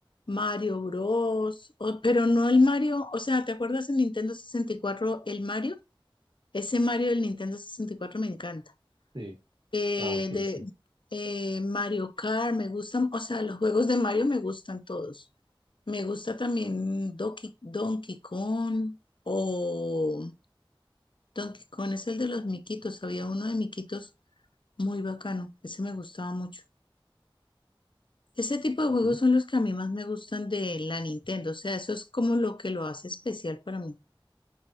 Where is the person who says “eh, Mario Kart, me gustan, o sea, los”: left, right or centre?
Left